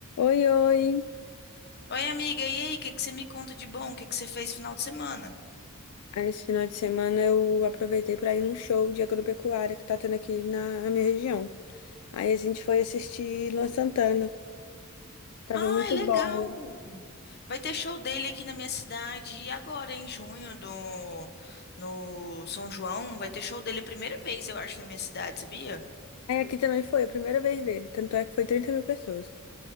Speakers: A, on the left; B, on the left.
A: Oi, oi!
B: Oi, amiga, e aí? O que que você me conta de bom? O que que você fez final de semana?
A: Aí, Esse final de semana eu aproveitei para ir num show de agropecuária que tá tendo aqui na, na minha região. Aí a gente foi assistir Luan Santana. Tava
B: Ai,
A: muito
B: legal!
A: bom.
B: Vai ter show dele aqui na minha cidade e agora em junho do no São João, vai ter show dele a primeira vez, eu acho, na minha cidade, sabia?
A: Aí aqui também foi a primeira vez dele, tanto é que foi 30 mil pessoas.